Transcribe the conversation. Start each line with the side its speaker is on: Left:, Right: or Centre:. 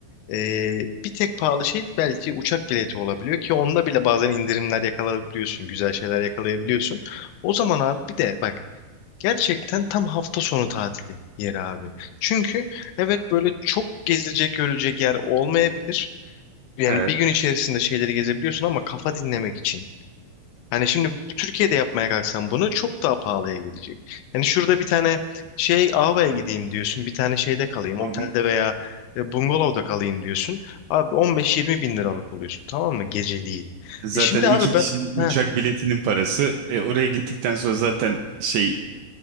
Left: Ee, bir tek pahalı şey belki uçak bileti olabiliyor ki onda bile bazen indirimler yakalayabiliyorsun, güzel şeyler yakalayabiliyorsun. O zaman abi bir de bak gerçekten tam hafta sonu tatili yeri abi. Çünkü evet böyle çok gezilecek görülecek yer olmayabilir. Yani
Right: evet.
Left: bir gün içerisinde şeyleri gezebiliyorsun ama kafa dinlemek için. Hani şimdi Türkiye'de yapmaya kalksan bunu çok daha pahalıya gelecek. Yani şurada bir tane şey Ava'ya gideyim diyorsun. Bir tane şeyde kalayım.
Right: Hı
Left: Otelde
Right: hı.
Left: veya e, bungalovda kalayım diyorsun. Abi 15-20 bin liralık oluyorsun. Tamam mı? Geceliği.
Right: Zaten
Left: E şimdi
Right: iki
Left: abi
Right: kişinin
Left: ben
Right: uçak
Left: heh,
Right: biletinin parası. E, oraya gittikten sonra zaten şey